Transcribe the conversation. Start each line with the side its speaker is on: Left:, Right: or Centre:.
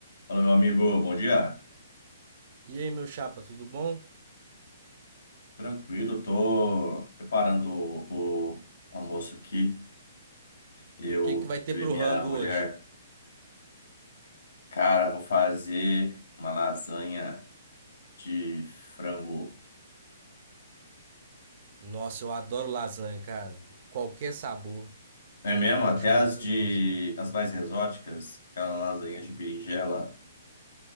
Left: Fala, meu amigo, bom dia.
Right: E aí, meu chapa, tudo bom? O
Left: Tranquilo, tô preparando o, o almoço aqui. Eu,
Right: que que vai ter
Left: eu
Right: pro
Left: e minha
Right: rango
Left: mulher,
Right: hoje?
Left: cara, vou fazer uma lasanha de frango.
Right: Nossa, eu adoro lasanha, cara. Qualquer sabor.
Left: É mesmo, até
Right: Acho
Left: as
Right: maravilhoso.
Left: de as mais exóticas, aquela lasanha de berinjela,